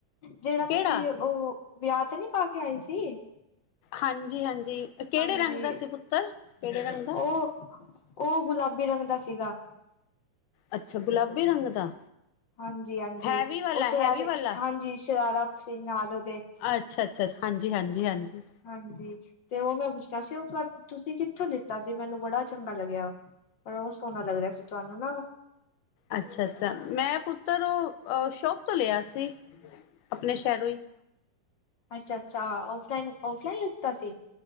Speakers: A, on the left; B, on the left.
A: ਜੇੜਾ
B: ਕਿਹੜਾ?
A: ਤੁਸੀਂ ਓ ਵਿਆਹ ਤੇ ਨੀਂ ਪਾ ਕੇ ਆਏ ਸੀ
B: ਹਾਂਜੀ ਹਾਂਜੀ, ਕੇੜੇ
A: ਹਾਂਜੀ,
B: ਰੰਗ ਦਾ ਸੀ ਪੁੱਤਰ, ਕੇੜੇ ਰੰਗ ਦਾ।
A: ਉਹ-ਉਹ ਗੁਲਾਬੀ ਰੰਗ ਦਾ ਸੀਗਾ।
B: ਅੱਛਾ, ਗੁਲਾਬੀ ਰੰਗ ਦਾ।
A: ਹਾਂਜੀ ਹਾਂਜੀ,
B: ਹੈਵੀ ਵਾਲਾ,
A: ਓ ਸ਼ਰਾਰੇ,
B: ਹੈਵੀ ਵਾਲਾ।
A: ਹਾਂਜੀ ਸ਼ਰਾਰਾ ਸੀ ਨਾਲ ਓਦੇ।
B: ਅੱਛ ਅੱਛਾ। ਹਾਂਜੀ, ਹਾਂਜੀ, ਹਾਂਜੀ।
A: ਹਾਂਜੀ ਤੇ ਓ ਮੈਂ ਪੁੱਛਣਾ ਸੀ, ਓ ਤੁਸੀਂ ਕਿੱਥੋਂ ਲਿੱਤਾ ਸੀ, ਮੈਨੂੰ ਬੜਾ ਚੰਗਾ ਲੱਗਿਆ ਓ। ਓਸ ਸੋਹਣਾ ਲੱਗ ਰਿਆ ਸੀ, ਤੁਆਨੂੰ ਨਾਂ।
B: ਅੱਛ ਅੱਛਾ। ਮੈਂ ਪੁੱਤਰ, ਅ ਅ ਸ਼ੋਪ ਤੋਂ ਲਿਆ ਸੀ। ਆਪਣੇ ਸ਼ਹਿਰੋਂ ਈ।
A: ਅੱਛ, ਅੱਛਾ। ਔਫਲਾਈਨ, ਔਫਲਾਈਨ ਲਿਤਾ ਸੀ।